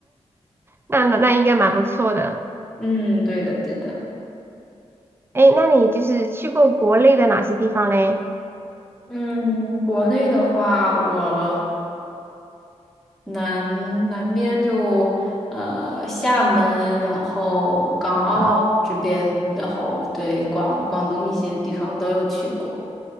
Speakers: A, on the right; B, in the centre.
A: 那那那应该蛮不错的。
B: 嗯，对的对的。
A: 哎，那你就是去过国内的哪些地方嘞？
B: 嗯，国内的话，我南南边就呃厦门，然后港澳这边，
A: 哦
B: 然后对广广东一些地方都有去过。